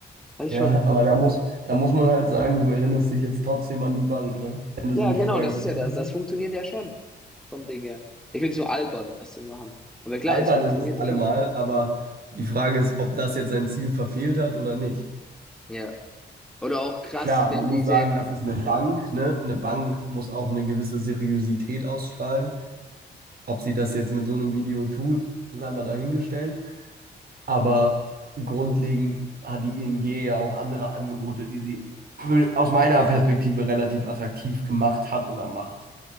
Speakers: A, in the centre; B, on the right.
A: Das ist
B: Ja,
A: schon,
B: aber da muss, da muss man halt sagen, du erinnerst dich jetzt trotzdem an die Bank, ne? Wenn du
A: ja
B: sie nicht
A: genau,
B: vorher
A: das
B: gekriegt
A: ist ja das, das
B: hast.
A: funktioniert ja schon vom Ding her. Ich finde es nur albern, das zu machen, aber klar,
B: Albern
A: es funktioniert
B: ist es allemal,
A: ja schon.
B: aber die Frage ist, ob das jetzt sein Ziel verfehlt hat oder nicht.
A: Ja. Oder auch krass,
B: Klar,
A: wenn
B: man muss
A: diese,
B: sagen, das ist eine Bank, ne? Eine Bank muss auch eine gewisse Seriosität ausstrahlen. Ob sie das jetzt mit so einem Video tut, sei mal dahingestellt. Aber grundlegend hat die ING ja auch andere Angebote, die sie wür- aus meiner Perspektive relativ attraktiv gemacht hat oder macht.